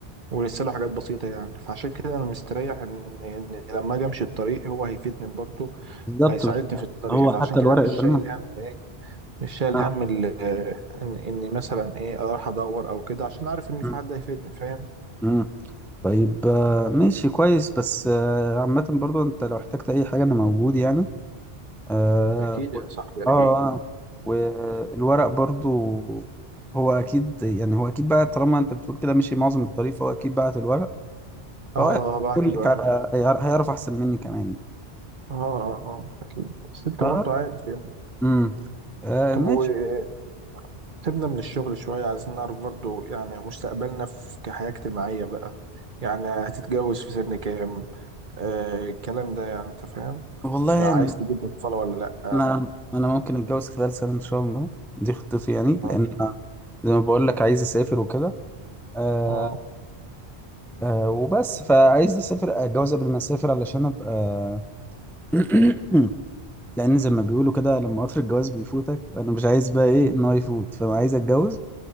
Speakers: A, on the right (about 50°); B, in the centre.
A: ولسه له حاجات بسيطه يعني فعشان كده انا مستريح ان ان لما اجي امشي الطريق هو هيفيدني برضه
B: بالظبط
A: وهيساعدني في الطريق
B: هو
A: فعشان
B: حتى
A: كده
B: الورق
A: مش
B: اللي
A: شايل
B: انا
A: هم ايه مش شايل
B: آه،
A: هم ال- ان اني مثلا ايه اروح ادور او كده عشان عارف ان
B: مم،
A: في حد هيفيدني فاهم
B: مم. طيب آه، ماشي كويس بس آه، عامة برضو انت لو احتجت اي حاجة انا موجود يعني اه
A: اكيد
B: و-
A: يا صاحبي
B: اه
A: اكيد
B: آه. والورق برضو هو اكيد يعني هو اكيد بقى طالما انت بتقول كده مشي معظم الطريق فهو اكيد بعت الورق فهو
A: اه اه بعت
B: يقول
A: الورق
B: لك على-
A: اه
B: هيعرف هيعرف احسن مني كمان
A: اه اه اكيد بس انت
B: اه
A: برضه عارف يعني
B: امم آه
A: طب
B: ماشي
A: وسيبنا من الشغل شويه عايزين نعرف برضه يعني مستقبلنا في كحياه اجتماعيه بقى يعني هتتجوز في سن كام آه الكلام ده يعني انت فاهم
B: والله
A: يعني عايز
B: انا
A: تجيب اطفال ولا لا اه
B: انا أنا ممكن اتجوز خلال سنة ان شاء الله دي خطتي يعني
A: اه
B: لان أنا زي ما بقول لك عايز اسافر وكده آه
A: آه.
B: آه وبس فعايز اسافر اتجوز قبل ما اسافر علشان ابقى <coughs> <clears throat> لان زي ما بيقولوا كده لما قطر الجواز بيفوتك انا مش عايز بقى ايه ان هو يفوت فانا عايز اتجوز